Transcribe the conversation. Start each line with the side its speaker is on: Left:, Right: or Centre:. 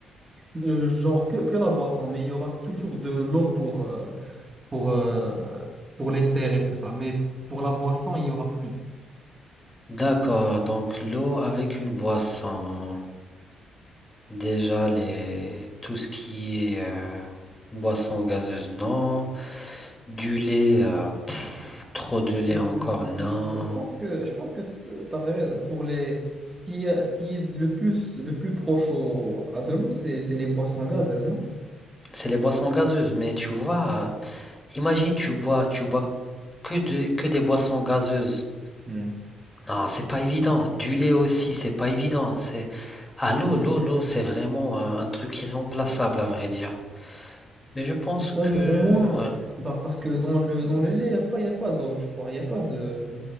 Right: Euh, genre que, que la boisson, mais il y aura toujours de l'eau pour, euh, pour, euh, pour les terres et tout ça. Mais pour la boisson, il y aura plus d'eau.
Left: D'accord, donc l'eau avec une boisson. Déjà, les... tout ce qui est euh, boisson gazeuse, non. Du lait, euh, trop de lait
Right: Je,
Left: encore,
Right: je-
Left: non.
Right: je- je pense que je pense que tu avais raison. Pour les, ce qui, est- ce qui est le plus le plus proche au, à de l'eau, c'est c'est les boissons gazeuses, non?
Left: C'est les boissons gazeuses, mais tu vois, imagine, tu bois, tu bois que, de- que des boissons gazeuses.
Right: Hmm.
Left: Non, c'est pas évident. Du lait aussi, c'est pas évident. C'est... Ah, l'eau, l'eau, l'eau, c'est vraiment un, un truc irremplaçable, à vrai dire. Mais je pense
Right: Mais
Left: que...
Right: Au, au moins,
Left: Ouais.
Right: bah, parce que dans le dans le lait, il n'y a pas, y a pas d'eau, je crois. Il n'y a pas de.